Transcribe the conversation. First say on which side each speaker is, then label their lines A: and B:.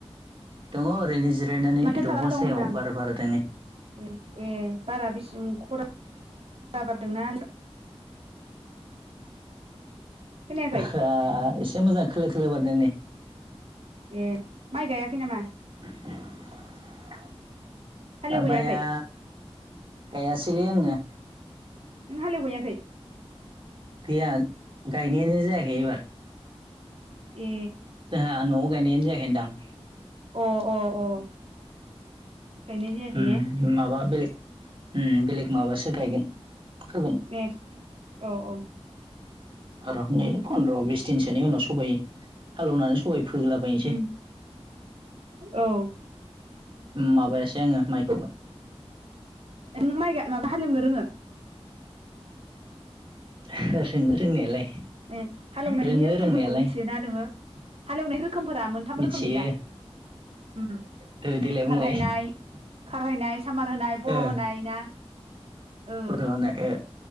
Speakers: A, on the right; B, on the right.
A: दङ ओरैनो जिरायनानै
B: माथो
A: दंफां
B: खालामना दं
A: सायायाव
B: होनदां
A: बार बारदोंमोन नै
B: ए ए बारा बेसेबां खरआ बारदोंना खोनायाखै
A: बारा एसे मोजां खोलो खोलो बारदों नै
B: ए माइ गायाखै नामा?
A: <inaudible>
B: हालेवहैयाखै
A: दा माइया गायासैलै आङो
B: नों हालेवहैयाखै।
A: गैया गायनायानो जायाखै एबार।
B: ए
A: जोंहा न'आव गायनायानो जायाखै होनदां।
B: अ अ अ। गायनाय जायाखै
A: उम
B: ने
A: माबा बेलेग उम बेलेग माबासो गायगोन फोगोन
B: दे औ औ।
A: र' नै फन्द्र' बिस दिनसोनि उनाव। सबाइ हालौवनानै सबाइ फोहोलाबायसै।
B: उम औ।
A: माबायासै आङो माइ।
B: नों माइ गा माबा हालेवनो रोङो।
A: रोङो रोंनायालाय।
B: ए हालेवनायनि
A: रोङो
B: रोखोमफोरखौ
A: रोंनायालाय
B: मिथियोना नोङो हालेवनाय रोखोमफोरा मोनथाम
A: मिथियो
B: रोखोमनि दा उम
A: ओ देलाय बुंलाय
B: खारहायनाय। खारहायनाय सामार होनाय बर'
A: ओ
B: होनाय ना ओ।
A: फट' होनाय ओ